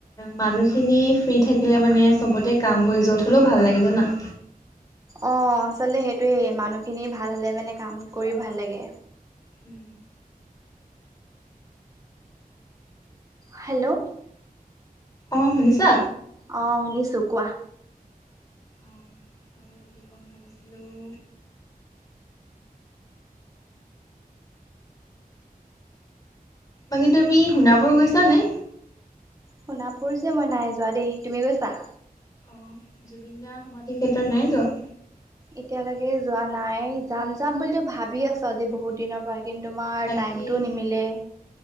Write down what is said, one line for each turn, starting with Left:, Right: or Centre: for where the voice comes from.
Left: মানুহখিনি ফ্ৰী থাকিলে মানে চবতে কাম কৰি যত হলেও ভাল লাগে জানা।
Right: অ', আচলতে সেইটোয়েই মানুহখিনি ভাল হলে মানে কাম কৰি ভাল লাগে।
Left: উম,
Right: হেল্ল'
Left: অ', শুনিছা?
Right: অ', শুনিছো কোৱা?
Left: অ', আৰু কি ক'ম ভাবিছিলোঁ বাকী তুমি সোণাপুৰ গৈছানে?
Right: সোণাপুৰ যে মই নাই যোৱা দেই তুমি গৈছা?
Left: অ', জুবিন দাৰ সমাধি ক্ষেত্ৰত নাই যোৱা?
Right: এতিয়ালৈকে যোৱা নাই যাম যাম বুলিতো ভাবি আছো আজি বহুত দিনৰ পৰাই। কিন্তু তোমাৰ
Left: তাকেই
Right: টাইমটো নিমিলে।